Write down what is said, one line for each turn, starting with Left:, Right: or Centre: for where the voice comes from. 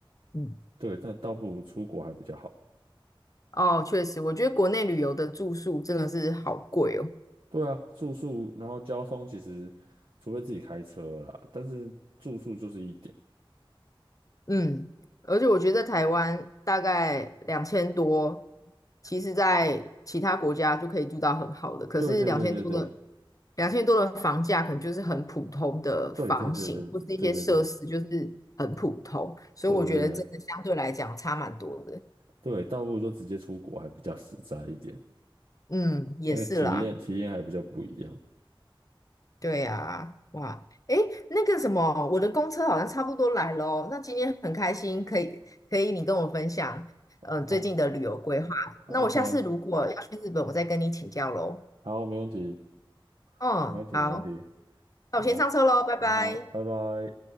Left: 嗯
Right: 对，但倒不如出国还比较好。
Left: 哦，确实，我觉得国内旅游的住宿真的是好贵哦。
Right: 对啊，住宿，然后交通其实，除非自己开车啦，但是住宿就是一点。
Left: 嗯，而且我觉得在台湾大概两千多，其实在其他国家就可以住到很好的，可是两千多的
Right: 对对对对对
Left: 两千多的房价可能就是很普通的房型，
Right: 对对对对对对对
Left: 或是一些设施就是很普通，所以我觉得真的相对来讲差蛮多的。
Right: 对对对，倒不如就直接出国还比较实在一点，
Left: 嗯，也是啦。
Right: 那个体验体验还比较不一样。
Left: 对呀，哇，诶，那个什么，我的公车好像差不多来了哦那今天很开心，可以可以你跟我分享，嗯、
Right: 好
Left: 最近的旅游规划。
Right: ，OK，
Left: 那我下次如果要去日本，我再跟你请教喽。
Right: 好，没问题，
Left: 嗯，
Right: 没问题，
Left: 好，
Right: 没问题，
Left: 那我先上车喽，
Right: 好，
Left: 拜拜。
Right: 好好，拜拜。